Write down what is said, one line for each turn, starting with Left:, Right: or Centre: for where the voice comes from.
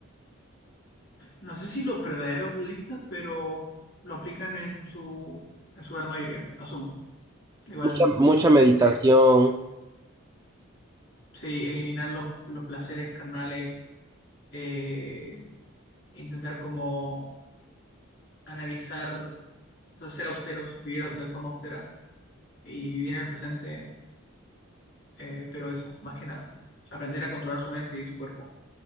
Left: No sé si los verdaderos budistas, pero lo aplican en su, en su gran mayoría, asumo. Igual,
Right: Mucha, mucha meditación.
Left: ele- sí, eliminar los, los placeres carnales, eh, intentar como analizar, o sea, ser austeros, vivir de forma austera y vivir en el presente, eh, pero eso, más que nada. Aprender a controlar su mente y su cuerpo.